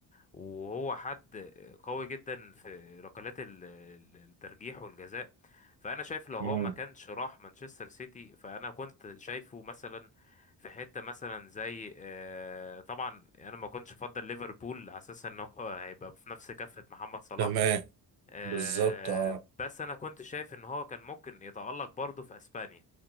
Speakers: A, on the left (about 20°); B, on the right (about 60°).
A: وهو حد قوي جدا في ركلات ال- ال- الترجيح والجزاء فانا شايف لو
B: مم.
A: هو ما كانش راح مانشستر سيتي فانا كنت شايفه مثلا في حتة مثلا زي آه، طبعا انا ما كنتش افضل ليفربول على اساس ان هو هيبقى في نفس كفة محمد صلاح
B: تمام
A: آه،
B: بالظبط اه
A: بس انا كنت شايف ان هو كان ممكن يتألق برضه في اسبانيا